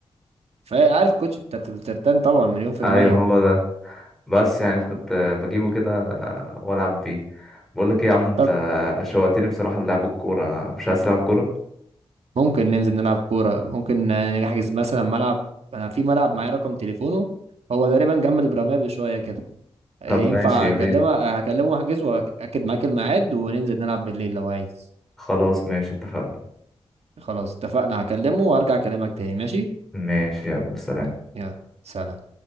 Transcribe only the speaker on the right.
فعارف الكوتش بتاعت الترتان طبعا مليون في الميه
طب
ممكن ننزل نلعب كوره ممكن نحجز مثلا ملعب انا في ملعب معايا رقم تليفونه هو تقريبا جنب البراميه بشويه كده ينفع
اكلمه
هكلمه واحجز واكد معاك الميعاد وننزل نلعب بالليل لو عايز
خلاص اتفقنا هكلمه وارجع اكلمك تاني ماشي
يا سلام